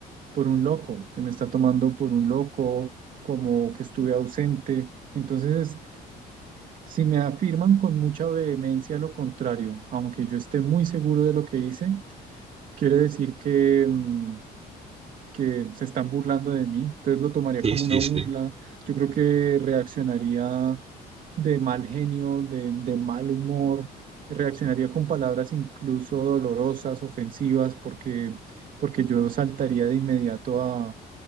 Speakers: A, on the right; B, on the right.
A: por un loco, que me está tomando por un loco, como que estuve ausente. Entonces, si me afirman con mucha vehemencia lo contrario, aunque yo esté muy seguro de lo que hice, quiere decir que, mm, que se están burlando de mí. Entonces lo tomaría
B: Sí,
A: como
B: sí,
A: una burla.
B: sí.
A: Yo creo que reaccionaría de mal genio, de, de mal humor. Reaccionaría con palabras incluso dolorosas, ofensivas, porque, porque yo saltaría de inmediato